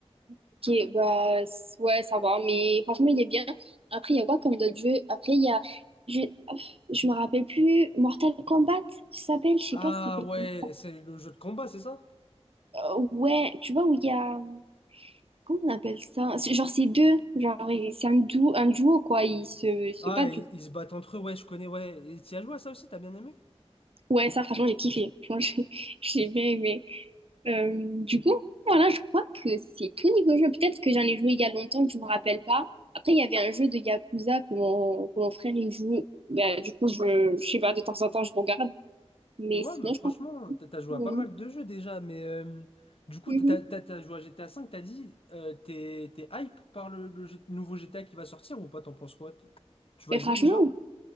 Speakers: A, on the right; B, on the left.
A: Ok, bah s- ouais, ça va, mais franchement, il est bien. Après, il y a quoi comme d'autres jeux? Après, il y a. Je, je me rappelle plus. Mortal Kombat, ça s'appelle? Je sais
B: Ah
A: pas, si ça s'appelle.
B: ouais,
A: comment.
B: c'est le jeu de combat, c'est ça?
A: Euh, ouais, tu vois, où il y a. Comment on appelle ça? C'est- Genre, c'est deux. Genre, et c'est un duo, un duo, quoi. Ils se, se
B: Ah,
A: battent,
B: ils,
A: du
B: ils se battent entre eux, ouais, je connais, ouais. Et t'y as joué à ça aussi, t'as bien aimé?
A: Ouais, ça, franchement, j'ai kiffé. Franchement, j'ai <laughs> j'ai bien aimé. Euh, du coup, voilà, je crois que c'est tout niveau jeu. Peut-être que j'en ai joué il y a longtemps, que je me rappelle pas. Après, il y avait un jeu de Yakuza que mon, que mon frère, il joue. Bah, du coup, je, je sais pas, de temps en temps, je regarde. Mais
B: Ouais,
A: sinon,
B: mais franchement,
A: je pense que...
B: t'as t'as joué
A: Mhm.
B: à pas mal de jeux déjà, mais euh, du coup,
A: Mhm.
B: t'as t'as- t'as joué à GTA 5, t'as dit, euh, t'es t'es hype par le, le G- nouveau GTA qui va sortir ou pas, t'en penses quoi? Tu tu vas
A: Mais
B: y
A: franchement,
B: jouer déjà?